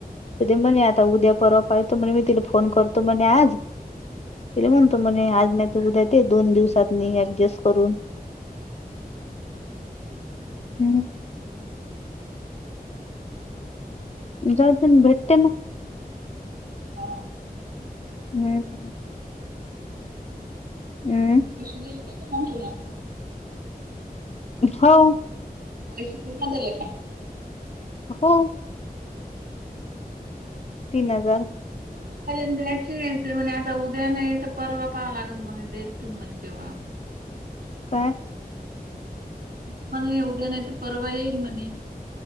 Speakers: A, on the left; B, on the right.
A: ति तर ते म्हणे आता उद्या परवा पायतो म्हणे मी तिला फोन करतो म्हणे आज. तिल म्हणतो म्हणे आज नाही तर उद्या दे ते दोन दिवसात म ऍडजस्ट करून.
B: <inaudible>
A: हम्. जाउदे भेटे ना?
B: हो.
A: हम्म. हम्म
B: भीशी दिलति का मग तुला?
A: हो.
B: परस्ितीला दिले काय <unintelligible>
A: हो. तीन हजार
B: <unintelligible> द्यायची म्हणे आता उद्या नाही तर परवा पहावा लागेल म्हणे देत म्हणे तेव्हा
A: काय?
B: <unintelligible> हथ मणे उद्या नाही तर परवा येईल म्हणे